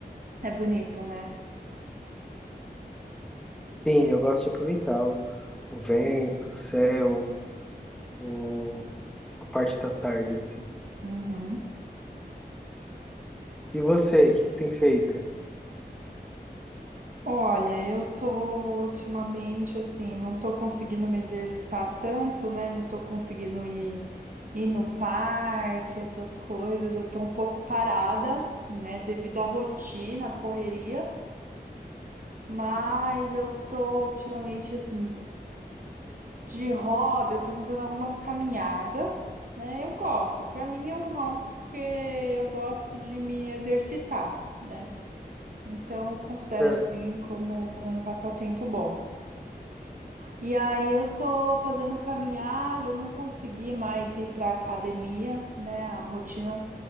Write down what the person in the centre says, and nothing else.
Sim, eu gosto de aproveitar o, o vento, o céu, o- a parte da tarde, assim.
E você, o que, que tem feito?
É,